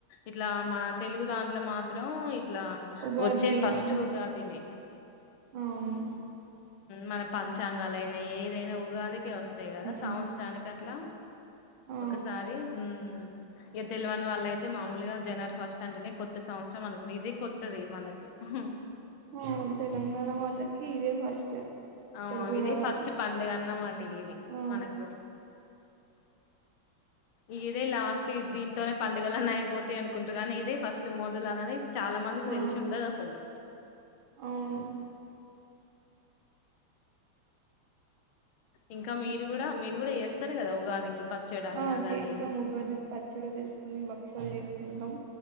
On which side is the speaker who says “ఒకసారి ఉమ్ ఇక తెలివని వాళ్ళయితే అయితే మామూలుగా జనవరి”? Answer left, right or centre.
Left